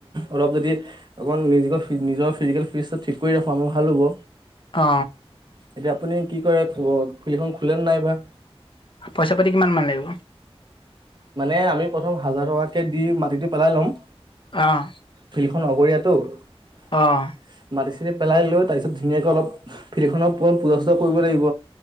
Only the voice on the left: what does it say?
অ
পইচা পাতি কিমান মান লাগিব।
অ
অহ